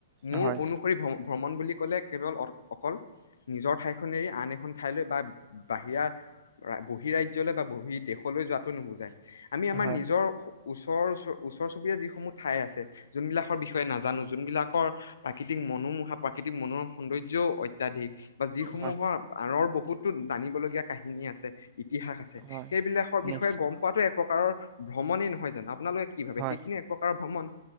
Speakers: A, on the left; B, on the right.
A: মোৰ
B: হয়
A: অনুসৰি ভ্ৰমণ। ভ্ৰমণ বুলি ক'লে কেৱল অ অকল নিজৰ ঠাইখনেৰে আন এখন ঠাইলৈ বা বাহিৰা বহীঃ ৰাজ্যলৈ বা বহী। দেশলৈ যোৱাতটো নুবুজাই। আমি আমাৰ
B: হয়
A: নিজৰ। ওচৰ ওচৰ চুবুৰীয়া যিসমূহ ঠাই আছে যোনবিলাকৰ বিষয়ে নাজানো যোনবিলাকৰ প্ৰাকৃতিক মনোমোহা প্ৰাকৃতিক মনোৰম সৌন্দৰ্যও অত্যাধিক বা যিসমূহৰ
B: হয়
A: আৰৰ বহুত টো জানিবলগীয়া কাহিনী আছে ইতিহাস আছে
B: হয়
A: সেইবিলাকৰ বিষয়ে
B: নিশ্চয়
A: গম পোৱাটো এক প্ৰকাৰৰ ভ্ৰমণে নহয় জানো? আপোনালোকে কি ভাবে
B: হয়
A: সেইখিনিয়ে এক প্ৰকাৰৰ ভ্ৰমণ